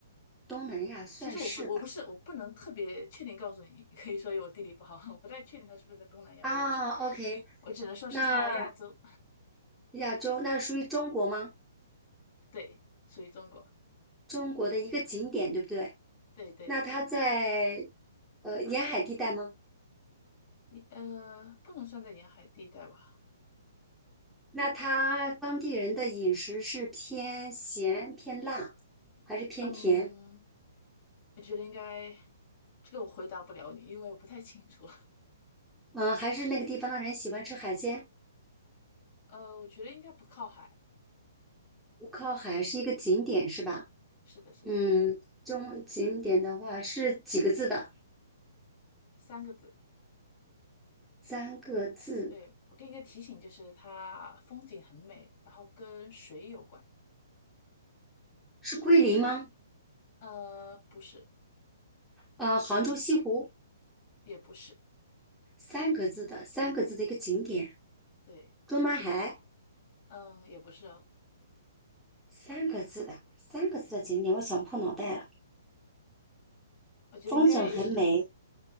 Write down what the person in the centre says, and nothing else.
东南亚算是吧。
啊，OK，
那亚洲那属于中国吗？
中国的一个景点，对不对？
那它在呃沿海地带吗？
那他当地人的饮食是偏咸、偏辣，还是偏甜？
嗯，还是那个地方的人喜欢吃海鲜？
不靠海是一个景点是吧？
嗯，中景点的话是几个字的？
三个字，
是桂林吗？
呃，杭州西湖，
三个字的，三个字的一个景点。
中南海，
三个字的，三个字的景点，我想破脑袋了。
风景很美，